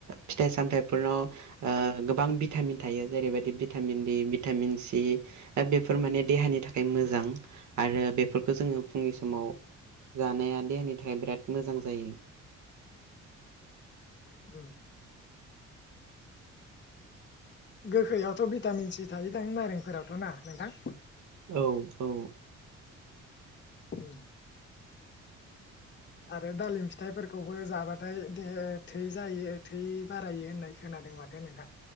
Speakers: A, on the right; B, on the left.
A: फिथाइ सामथाइफोरनाव ओ गोबां भिटामिन थायो जेरैबायदि भिटामिन दि भिटामिन सि बेफोर माने देहानि थाखाय मोजां
B: उम
A: आरो बे फोरखौ जोङो फुंनि समाव
B: उम
A: जानाया देहानि थाखाय बिराद मोजां जायो।
B: उम गोखैआवथ भिटामिन सि थायोदां नारेंफोरावथ ना नोंथां
A: औ औ
B: उम आरो दालिम फिथाइफोरखौबो जाबाथाय देहाया थै जायो थै बारायो होननाय खोनादों माथो नोंथां